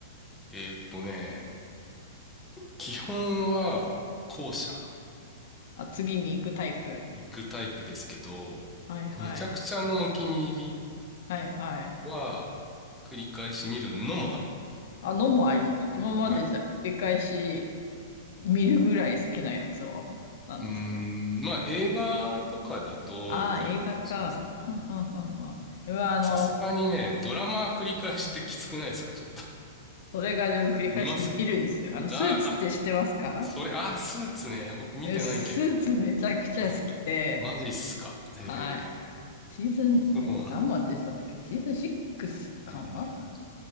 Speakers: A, in the centre; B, on the left.
A: えーっとね、基本は後者
B: あ、次に行くタイプ。
A: 行くタイプですけど、
B: はいはい。
A: めちゃくちゃのお気に入り
B: はいはい。
A: は繰り返し見るのもある。
B: あのもあります。今までじゃ繰り返し
A: はい。
B: 見るぐらい好きなやつは何ですか
A: うーん、まあ映画とかだと繰り返しですね。
B: ああー、映画か。はんはんはんはん。今あの、
A: さすがにね、ドラマ繰り返してきつくないですかちょっと。
B: それがでも繰り返しで見るんですよ。
A: 見ます
B: あの、スーツって知ってますか
A: あー、あ、それ、あー、スーツね。僕見てないけど。
B: えスーツめちゃくちゃ好きで、
A: あ、マジっすか。
B: はい。
A: へー、
B: シーズン、
A: そうなんだ。
B: え、何まで出てたんだっけなシーズン6かな
A: えー